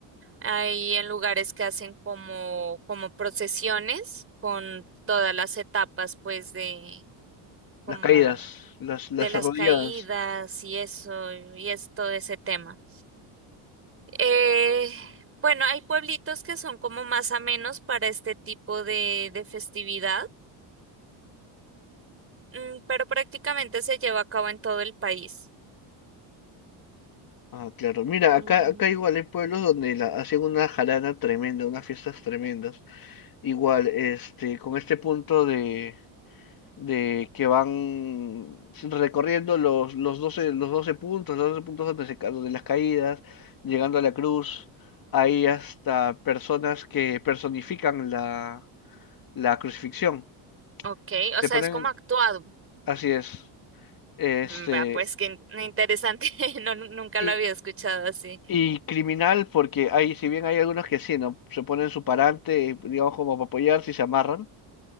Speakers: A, on the right; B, on the left.
A: hay en lugares que hacen como, como procesiones con todas las etapas, pues, de como
B: Las caídas, las, las
A: de las
B: arrodilladas.
A: caídas y eso, y es todo ese tema. Eh, bueno, hay pueblitos que son como más amenos para este tipo de, de festividad. Mm, pero prácticamente se lleva a cabo en todo el país.
B: Ah, claro. Mira,
A: Mm.
B: acá, acá igual hay pueblos donde la, hacen una jarana tremenda, unas fiestas tremendas. Igual, este, con este punto de de que van recorriendo los, los doce los 12 puntos, los 12 puntos donde se, ca- donde las caídas, llegando a la cruz. Hay hasta personas que personifican la, la crucifixión.
A: Ok,
B: Se
A: o sea,
B: ponen,
A: es como actuado.
B: así es, este,
A: Mm, Vea, pues qué in- interesante, <laughs> no, nu- nunca
B: y,
A: lo había escuchado así.
B: y criminal porque hay, si bien hay algunos que sí, ¿no? Se ponen su parante, digamos, como para apoyarse y se amarran,